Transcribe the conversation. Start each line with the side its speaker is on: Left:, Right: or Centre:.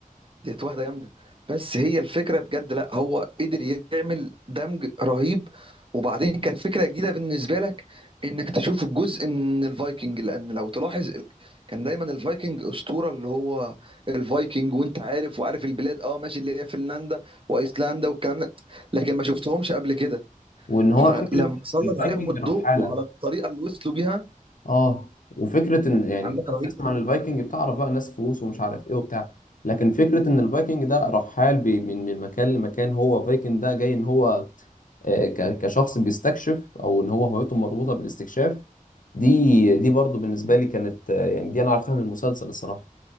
Right: ديت واحدة جامدة بس هي الفكرة بجد لا هو قدر يعمل دمج رهيب وبعدين كانت فكرة جديدة بالنسبة لك انك تشوف الجزء من الفايكنج لان لو تلاحظ ال- كان دايما الفايكنج اسطورة اللي هو الفايكنج وانت عارف وعارف البلاد اه ماشي اللي هي فنلندا وايسلندا والكلام ده لكن ما شفتهمش قبل كده
Left: وان هو
Right: فلما
Left: فكرة
Right: سلط
Left: الفايكنج
Right: عليهم الضوء
Left: رحالة
Right: وعلى الطريقة اللي وصلوا بيها
Left: اه وفكره ان يعني
Right: عندك
Left: الناس
Right: رهيبة
Left: تسمع أوكي. عن الفايكنج بتعرف بقى ناس فلوس ومش عارف ايه وبتاع لكن فكره ان الفايكنج ده رحال بي- من من مكان لمكان هو فايكنج ده جاي ان هو آه، ك- كشخص بيستكشف او ان هو هويته مربوطه بالاستكشاف دي دي برضو بالنسبه لي كانت آه، يعني دي انا عرفتها من المسلسل الصراحه